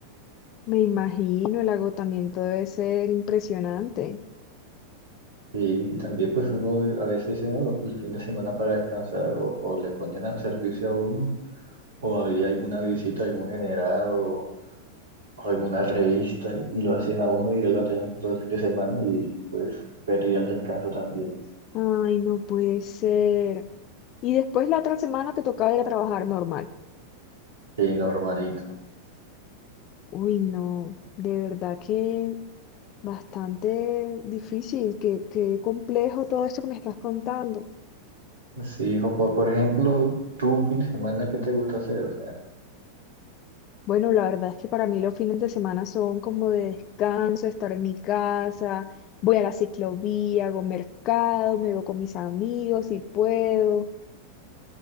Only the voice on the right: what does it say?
Sí, Y también pues uno a veces dice, "No, el fin de semana para descansar o, o le ponían a servicio a uno o había alguna visita, algún general o, o alguna revista y lo hacían a uno y del batallón todo el fin de semana y pues perdía el descanso también.
Y normalito.
Sí, como por ejemplo, tú un fin de semana, ¿qué te gusta hacer? O sea,